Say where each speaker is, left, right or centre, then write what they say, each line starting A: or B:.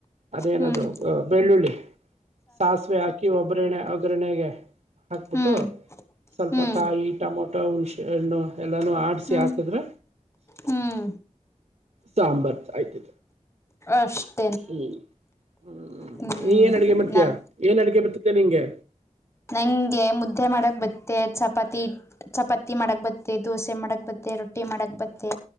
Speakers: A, on the right; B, on the left.
A: ಅದೇನದು
B: ಹ್ಮ್
A: ಬೆಳ್ಳುಳ್ಳಿ ಸಾಸಿವೆ ಹಾಕಿ ಒಗೆ ಒಗ್ಗರಣೆಗೆ ಹಾಕ್ಬಿಟ್ಟು
B: ಹ್ಮ್
A: ಸ್ವಲ್ಪ
B: ಹ್ಮ್
A: ಕಾಯಿ ಟೊಮೊಟೊ ಹುಣಸೆ ಹಣ್ಣು ಎಲ್ಲಾನು ಆಡ್ಸಿ
B: ಹ್ಮ್
A: ಹಾಕಿದ್ರೆ
B: ಹ್ಮ್
A: ಸಾಂಬಾರ್ ಆಯ್ತು
B: ಅಷ್ಟ್
A: ಹ್ಮ್ ಹ್ಮ್
B: ಹ್ಮ್
A: ನೀ ಏನ್ ಅಡಗೆ ಮಾಡತಿಯ
B: ನಮ
A: ಏನ್ ಅಡಗೆ ಬರ್ತತೆ ನಿಂಗೆ
B: ನಂಗೆ ಮುದ್ದೆ ಮಾಡಕ್ ಬತ್ತೆ ಚಪಾತಿ ಚಪಾತಿ ಮಾಡಕ್ ಬತ್ತತೆ ದೋಸೆ ಮಾಡಕ್ ಬತ್ತ ಮತ್ತೆ ರೊಟ್ಟಿ ಮಾಡಕ್ ಬತ್ತೆ